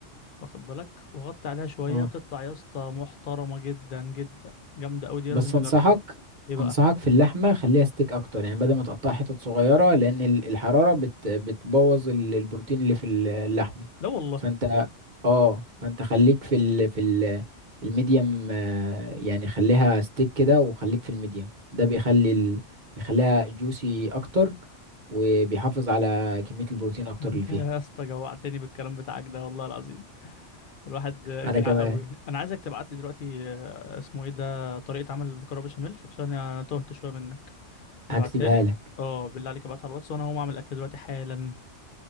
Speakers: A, on the left; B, on the right.
A: واخد بالك وغطي عليها شوية
B: اه
A: بتطلع يا اسطى محترمة جدا جدا جامدة أوي دي
B: بس
A: لازم تجربها
B: انصحك
A: ايه بقى
B: انصحك في اللحمه خليها ستيك اكتر يعني بدل ما تقطعها حتت صغيره لان ال- الحراره بت بتبوظ ال- البروتين اللي في ال- اللحمه
A: لا والله
B: فانت اه فانت خليك في ال في ال الميديم آه، يعني خليها ستيك كده وخليك في الميديم ده بيخلي ال... بيخليها جوسي اكتر وبيحافظ على كميه البروتين اكتر
A: <laughs> انت
B: اللي فيها
A: يا اسطى جوعتني بالكلام بتاعك ده والله العظيم الواحد جاع
B: انا كمان
A: قوي انا عايزك تبعت لي دلوقتي آه، اسمه ايه ده طريقة عمل المكرونة بشاميل عشان انا تهت شوية منك ابعتها
B: هكتبها
A: لي
B: لك
A: اه بالله عليك ابعتها على الواتس وانا هقوم اعمل اكل دلوقتي حالا